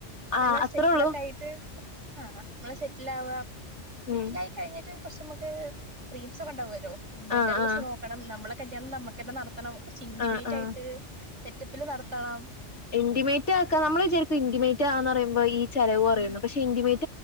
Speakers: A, on the left; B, on the right.
A: ആഹ്
B: നല്ല
A: അത്രേ
B: സെറ്റില
A: ഉള്ളൂ
B: ഒക്കെ ആയിട്ട് ആഹ നമ്മളെ സെറ്റിൽ ആവുക സെറ്റിലായി
A: ഉം
B: കഴിഞ്ഞിട്ട് കുറച്ച നമുക്ക് ഡ്രീംസ് ഒക്കെ ഉണ്ടാവും വരോ വീട്ടെരെ
A: ആഹ്
B: കൊറച്ച്
A: ആഹ്
B: നോക്കണം നമ്മളെ കല്യാണം നമ്മുക്കന്നെ നടത്തണം കൊറച്ച് ഇന്റിമേറ്റ്
A: ആഹ് ആഹ്
B: ആയിട്ട് സെറ്റപ്പില് നടത്തണം
A: ഇന്റിമേറ്റ് ആക്കാം നമ്മള് വിചാരിക്കും ഇൻന്റിമേറ്റ് ആന്നറയുമ്പോ ഈ ചെലവ് കുറയുന്ന്
B: ഉം
A: പക്ഷെ ഇന്മേറ്റ്